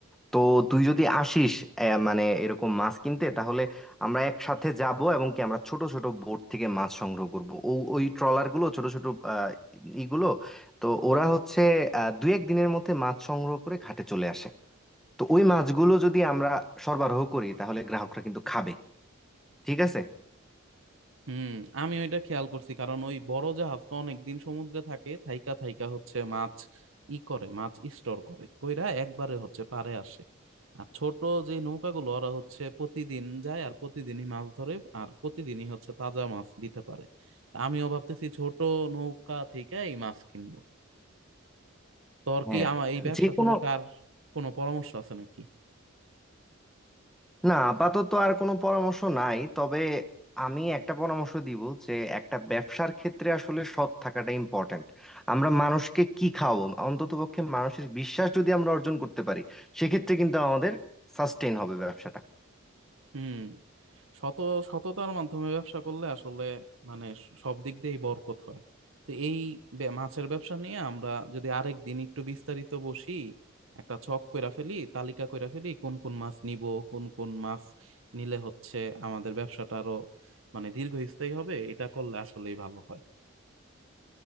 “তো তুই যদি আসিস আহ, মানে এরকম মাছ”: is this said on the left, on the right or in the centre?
Centre